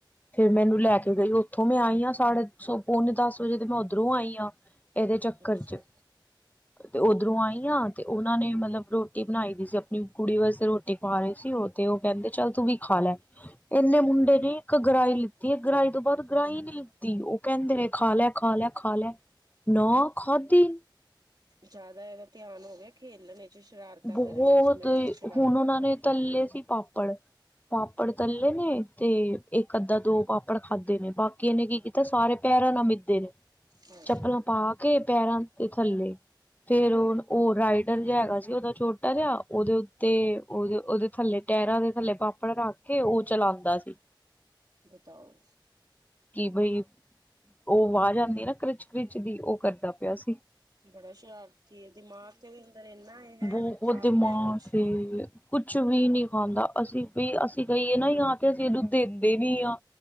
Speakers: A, on the left; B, on the right.
A: ਫਿਰ ਮੈਨੂੰ ਲੈਕੇ ਗਈ, ਉੱਥੋਂ ਮੈਂ ਆਈ ਹਾਂ ਸਾਡੇ ਸ ਪੋਨੇ-ਦਸ ਵਜੇ ਤੇ ਮੈਂ ਉੱਧਰੋਂ ਆਈ ਆ। ਇਹਦੇ ਚੱਕਰ'ਚ,
B: ਅੱਛਾ
A: ਤੇ ਉੱਧਰੋਂ ਆਈਆਂ ਤੇ ਉਹਨਾਂ ਨੇ ਮਤਲਬ, ਰੋਟੀ ਬਣਾਈ ਦੀ ਸੀ ਆਪਣੀ ਕੁੜੀ ਵਾਸਤੇ ਰੋਟੀ ਖਵਾ ਰਹੀ ਸੀ ਉਹ ਤੇ, ਉਹ ਕਹਿੰਦੇ ਚੱਲ ਤੂੰ ਵੀ ਖਾਲੈ। ਇੰਨੇ ਮੁੰਡੇ ਨੇ ਇੱਕ ਗਰਾਈ ਲਿੱਤੀ ਐ ਗਰਾਈ ਤੋਂ ਬਾਅਦ ਗਰਾਈ ਨੀ ਲਿੱਤੀ ਓ ਕਹਿੰਦੇ ਨੇ ਖਾ ਲੈ ਖਾ ਲੈ- ਖਾ ਲੈ ਨਾ ਖਾਦੀ।
B: ਜ਼ਿਆਦਾ ਇਹਦਾ ਧਿਆਨ ਹੋ ਗਿਆ ਖੇਲਣੇ ਸ਼ਰਾਰਤਾ
A: ਬਹੁਤ
B: ਕਰਨ ਵਿੱਚ ਮੈਂ ਸ਼ਰਾਰਤਾ
A: ਹੁਣ ਉਹਨਾਂ
B: ਕਰ
A: ਨੇ ਤੱਲੇ ਸੀ ਪਾਪੜ ਪਾਪੜ ਤਲਨੇ ਤੇ ਇੱਕ ਅੱਧਾ ਦੋ ਪਾਪੜ ਖਾਧੇ ਨੇ ਬਾਕੀ ਇਹਨੇ ਕੀ ਕੀਤੇ ਨੇ ਸਾਰੇ ਪੈਰਾਂ ਨਾਲ ਮਿੱਦੇ ਨੇ।
B: ਹਾਏ
A: ਚੱਪਲਾਂ ਪਾ ਕੇ ਪੈਰਾਂ ਦੇ ਥੱਲੇ ਫੇਰ ਓ ਓ ਰਾਈਡਰ ਜਾ ਹੈਗਾ ਸੀ। ਉਹਦਾ ਛੋਟਾ ਜਾ ਉਹਦੇ ਉੱਤੇ ਉਹਦੇ ਉਹਦੇ ਥੱਲੇ ਟੈਰਾਂ ਦੇ ਥੱਲੇ ਪਾਪੜ ਰੱਖ, ਕੇ ਓ ਚਲਾਂਦਾ ਸੀ।
B: ਬਤਾਓ?
A: ਕਿ ਬਈ ਓ ਆਵਾਜ਼ ਆਂਦੀ ਨਾ ਕ੍ਰਿਚ ਕ੍ਰਿਚ ਦੀ ਓ ਕਰਦਾ ਪਿਆ ਸੀ।
B: ਬੜਾ ਸ਼ਰਾਰਤੀ ਦਿਮਾਗ ਤਾਂ ਏਦੇ ਅੰਦਰ ਐਨਾ ਏ ਹੈ
A: ਬਹੁਤ
B: ਤੂੰ ਖਾ
A: ਦਿਮਾਗ
B: ਵੀ ਲੈ ਕੁਛ।
A: ਏ ਕੁਛ ਵੀ ਨੀ ਖਾਂਦਾ ਅਸੀਂ ਵੀ ਅਸੀਂ ਕਹੀਏ ਨਾ ਆ ਜਾਂ ਫੇਰ ਅਸੀਂ ਇਹਨੂੰ ਦੇਂਦੇ ਨੀ ਆ।